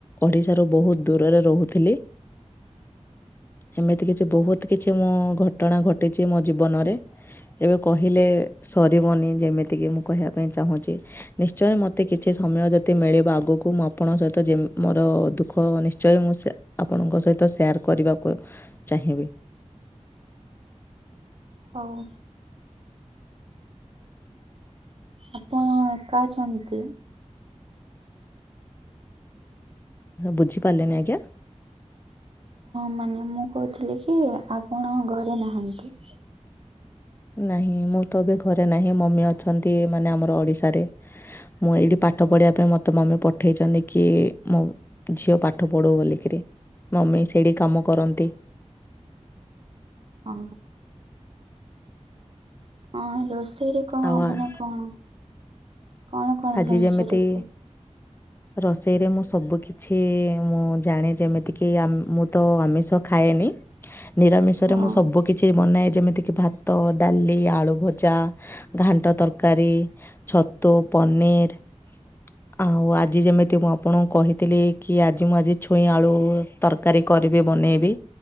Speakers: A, on the left; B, on the right.
A: ଓଡ଼ିଶାରୁ ବହୁତ ଦୂରରେ ରହୁଥିଲି। ଏମିତି କିଛି ବହୁତ କିଛି ମୁଁ ଘଟଣା ଘଟିଛି ମୋ ଜୀବନରେ। ଏବେ କହିଲେ ସରିବନି ଯେମିତିକି ମୁଁ କହିବା ପାଇଁ ଚାହୁଁଛି ନିଶ୍ଚୟ ମତେ ମୋତେ କିଛି ସମୟ ଯଦି ମିଳିବ ଆଗକୁ ମୁଁ ଆପଣଙ୍କ ସହିତ ଯେ ମୋର ଦୁଃଖ ନିଶ୍ଚୟ ମୁଁ ସେ ଆପଣଙ୍କ ସହିତ ସେୟାର କରିବାକୁ ଚାହିଁବି।
B: ହଉ। ଆପଣ ଏକା ଅଛନ୍ତି।
A: ବୁଝି ପାରିଲିନି ଆଜ୍ଞା।
B: ମାନେ ମୁଁ କହୁଥିଲି କି ଆପଣ ଘରେ ନାହାନ୍ତି।
A: ନାହିଁ ମୁଁ ତ ଏବେ ଘରେ ନାହିଁ ମମି ଅଛନ୍ତି ମାନେ ଆମର ଓଡିଶାରେ। ମୁଁ ଏଇଠି ପାଠ ପଢ଼ିବା ପାଇଁ ମତେ ମମି ପଠେଇଛନ୍ତି କି ମୋ ଝିଅ ପାଠ ପଢୁ ବୋଲିକିରି ମମି ସେଇଠି କାମ କରନ୍ତି।
B: ହ ଅଲୋ ସେଇରେ କ
A: ଆଉ
B: ମାନେ
A: ଆ-
B: କଣ କଣ କଣ
A: ଆଜି
B: ଜାଣିଛ
A: ଯେମିତି
B: ରୋଷେଇ?
A: ରୋଷେଇରେ ମୁଁ ସବୁ କିଛି ମୁଁ ଜାଣେ ଯେମିତି ମୁଁ ତ ଆମିଷ ଖାଏନି ନିରାମିସରେ
B: ହଁ
A: ମୁଁ ସବୁ ମୁଁ କିଛି ବନାଏ ଭାତଡାଲି, ଆଳୁଭଜା, ଘାଣ୍ଟ ତରକାରୀ ଛତୁ ପନିର ଆଉ ଆଜି ଯେମିତି ମୁଁ ଆପଣଙ୍କୁ କହିଥିଲି କି ଆଜି ମୁଁ ଆଜି ଛୁଇଁ ଆଳୁ ତରକାରୀ କରିବି ବନେଇବି